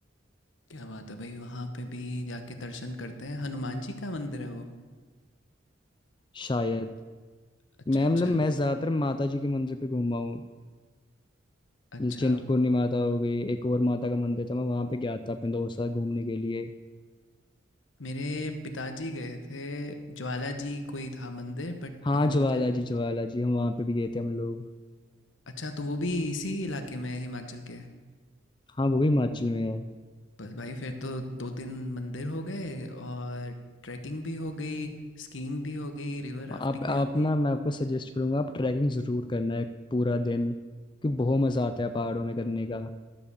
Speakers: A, on the left (about 80°); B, on the left (about 25°).
A: क्या बात है भाई वहाँ पे भी जाके दर्शन करते हैं हनुमान जी का मंदिर है वो
B: शायद
A: अच्छा
B: मैं
A: अच्छा
B: मतलब मैं ज़्यादातर माता जी के मंदिर पे घूमा हूँ
A: अच्छा
B: जैसे चिंतपूर्णी माता हो गई एक और माता का मंदिर था मैं वहाँ पे गया था अपने दोस्त के साथ घूमने के लिए
A: मेरे पिताजी गए थे ज्वाला जी कोई था मंदिर बट
B: हाँ
A: अब वो
B: ज्वाला
A: मुझे
B: जी ज्वाला जी हम वहाँ पे भी गए थे हम लोग
A: अच्छा तो वो भी इसी इलाके में है हिमाचल के
B: हाँ वो भी हिमाचल में है
A: बस भाई फिर तो दो तीन मंदिर हो गए और ट्रैकिंग भी हो गई स्कीइंग भी हो गई रिवर राफ्टिंग
B: आप
A: भी
B: आप
A: हो गई
B: ना मैं आपको सजेस्ट करूँगा आप ट्रैकिंग ज़रूर करना है पूरा दिन क्योंकि बहुत मज़ा आता है पहाड़ों में करने का